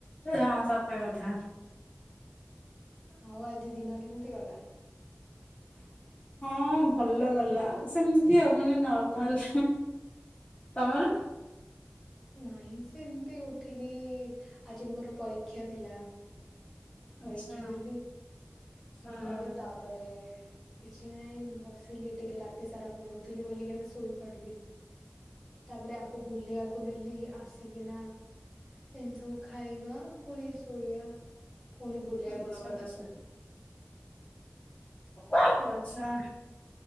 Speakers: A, on the left; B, in the centre.
A: ହଁ ସତ କଥା।
B: ଆଉ ଆଜି ଦିନ କେମିତି ଗଲା?
A: ହଁ ଭଲ ଗଲା ଆଉ ସେମିତି ଆଉ ମାନେ ନର୍ମାଲ। ତମର?
B: ନାହିଁ ସେମିତି ଉଠିଲି ଆଜି ମୋର ପରୀକ୍ଷା ଥିଲା। ପରୀକ୍ଷା
A: ଆଚ୍ଛା
B: ଦେଲିି ସକାଳୁ
A: ହଁ
B: ତାପରେ କିଛି ନାଇଁ ବସିଲି ଟିକେ ରାତି ସାରା ପଢୁଥିଲି ବୋଲିକିନା ଶୋଇ ପଡିଲି। ତାପରେ ଆକୁ ବୁଲେଇଆକୁ ନେଲି ଆସିକିନା ଏମିତି ସବୁ ଖା ଖାଇବା ପୁଣି ଶୋଇଆ ପୁଣି ବୁଲିଆକୁ
A: ଆଚ୍ଛା
B: ନବା
A: ଆଚ୍ଛା
B: ତାକୁ।
A: ଆଚ୍ଛା।